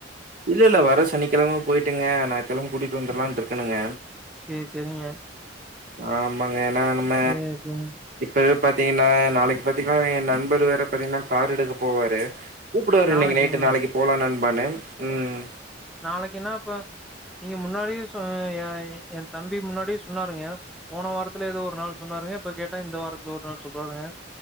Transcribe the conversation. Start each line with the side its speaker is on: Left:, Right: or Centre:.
Right: இல்லல்ல வர சனிக்கெழம போய்ட்டுங்க ஞாய்த்துக்கெழம கூட்டிட் வந்தர்லான்ட்ருக்கணுங்க
Centre: சேர் சேரிங்க
Right: ஆமாங்க ஏனா நம்ம
Centre: சேர் சேர்
Right: இப்பவே பாத்தீங்கனா நாளைக் பாத்தீங்ன்னா எ நண்பர் வேற பாத்தீங்னா கார் எடுக்க போவாரு கூப்டுவாரு
Centre: நாளைக்கிங்களா
Right: இன்னைக் நைட்டு நாளைக்கு போலா நண்பானு ம்
Centre: நாளைக்குன்னா அப்ப நீங்க முன்னாடியே சொ யா இ எந்தம்பி முன்னாடியே சொன்னாருங்க போன வாரத்துல ஏதோ ஒரு நாள் சொன்னாருங்க இப்ப கேட்டா இந்த வாரத்துல ஒரு நாள் சொல்றாருங்க